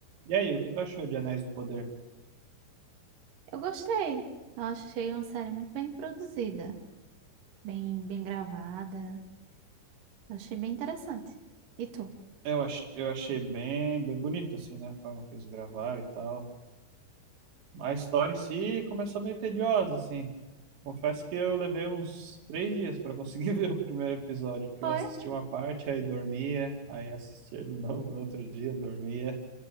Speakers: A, on the right (about 80°); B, on the right (about 55°).
A: E aí, o que tu achou de Anéis do Poder?
B: Eu gostei. Eu achei uma série muito bem produzida, bem, bem gravada. Eu achei bem interessante. E tu?
A: Eu, ach, eu achei bem, bem bonito, assim, né? A forma que eles gravaram e tal. A história em si começou meio tediosa, assim. Confesso que eu levei uns três dias pra conseguir <laughs> ver o primeiro episódio, porque
B: Foi?
A: eu assisti uma parte, aí dormia, aí assistia de <laughs> novo no outro dia, dormia.